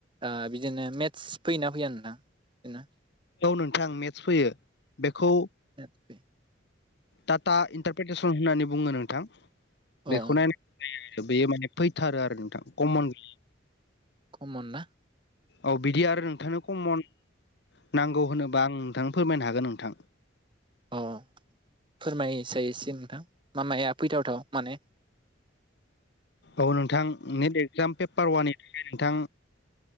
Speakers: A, on the right; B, on the left.
A: आ बिदिनो मेथ्स फैयो ना फैया नोंथां दिनो
B: औ नोंथां मेथ्स फैयो बेखौ
A: <unintelligible>
B: टाटा इन्टारपेटेसन होननानै बुङो नोंथां
A: फैयो
B: बेखौ
A: अ
B: नायनांगौ जायो बेयो माने थारो आरो नोंथां कमन <inaudible>
A: कमन ना
B: औ बिदि आरो नोंथांनो कमन नांगौ होनोबा आं नोंथांनो फोरमायनो हागोन नोंथां
A: अ फोरमाय साय एसे नोंथां मा माया फैथावथाव माने
B: औ नोंथां नेट एक्जाम पेपार वाननि थाखाय नोंथां